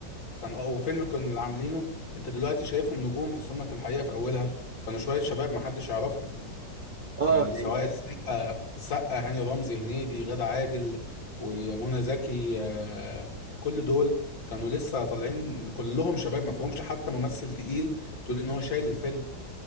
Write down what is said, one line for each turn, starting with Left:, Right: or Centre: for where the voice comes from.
Left: كان آه، وفيلم كنا عاملينه انت دلوقتي شايفهم نجوم بس هم في الحقيقه في اولها كانوا شويه شباب ما حدش يعرفهم
Right: آه
Left: يعني
Right: آه،
Left: سواء
Right: يعني
Left: السقا السقا هاني رمزي هنيدي غادة عادل ومنى زكي آه، كل دول كانوا لسه طالعين كلهم شباب ما فيهمش حتى ممثل تقيل تقول ان هو شايل الفيلم